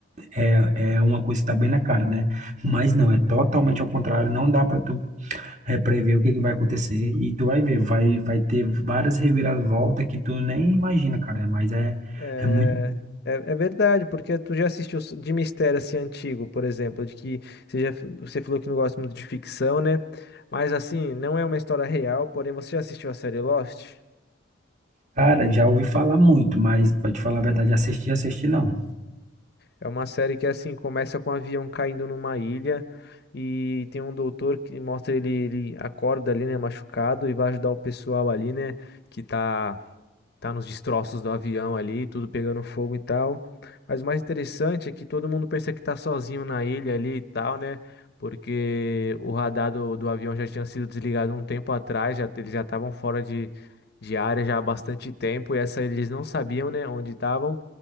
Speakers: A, on the right; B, on the left.
A: É, é uma coisa que tá bem na cara, né? Mas não, é totalmente ao contrário, não dá para tu é, prever o que que vai acontecer e tu vai ver, vai, vai ter várias reviravoltas que tu nem imagina, cara, mas é,
B: É,
A: é muito.
B: é, é verdade, porque tu já assistiu de mistério assim antigo, por exemplo, de que você já, você falou que não gosta muito de ficção, né? Mas assim, não é uma história real, porém você já assistiu a série Lost?
A: Cara, já ouvi falar muito, mas pra te falar a verdade, assistir, assistir não.
B: É uma série que assim começa com um avião caindo numa ilha e tem um doutor que mostra ele, ele acorda ali, né, machucado e vai ajudar o pessoal ali, né, que tá tá nos destroços do avião ali, tudo pegando fogo e tal. Mas o mais interessante é que todo mundo pensa que tá sozinho na ilha ali e tal, né? Porque o radar do, do avião já tinha sido desligado um tempo atrás, já, eles já estavam fora de, de área já há bastante tempo, e essa eles não sabiam, né, onde estavam.